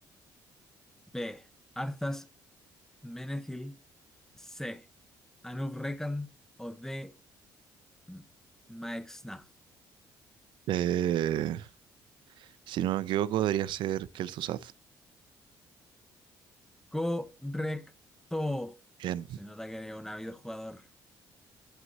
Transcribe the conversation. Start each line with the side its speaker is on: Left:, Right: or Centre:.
Centre: B. Arthas Menethil. C. Anub Rekan. O D. M- Maexna.
Right: Eh, si no me equivoco, debería ser Kel'Thuzad.
Centre: Correcto.
Right: Bien.
Centre: Se nota que eres un ávido jugador.